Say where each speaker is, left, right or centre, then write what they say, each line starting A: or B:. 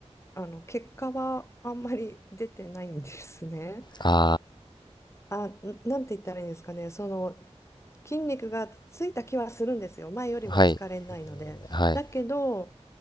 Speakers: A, on the left; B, on the left.
A: あの、結果はあんまり出てないんですね。
B: あ
A: あ、んなんて言ったらいいんですかね。その筋肉がついた気はするんですよ。前よりは疲れないので。
B: あ、はい、はい。
A: だけど、